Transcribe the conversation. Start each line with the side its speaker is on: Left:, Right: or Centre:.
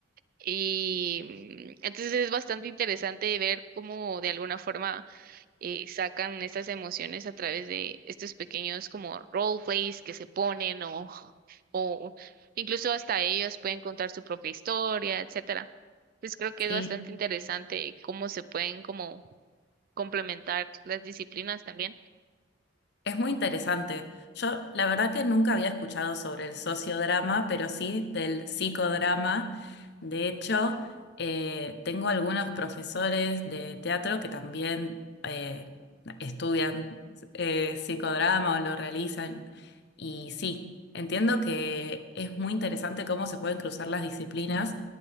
Right: y mm, entonces es bastante interesante ver cómo de alguna forma eh, sacan estas emociones a través de estos pequeños como roleplays que se ponen o o incluso hasta ellos pueden contar su propia historia, etcétera. Entonces creo que es
Left: sí.
Right: bastante interesante cómo se pueden como complementar las disciplinas también.
Left: Es muy interesante. Yo la verdad que nunca había escuchado sobre el sociodrama, pero sí del psicodrama. De hecho, eh, tengo algunos profesores de teatro que también eh, estudian eh, psicodrama o lo realizan. Y sí, entiendo que es muy interesante cómo se pueden cruzar las disciplinas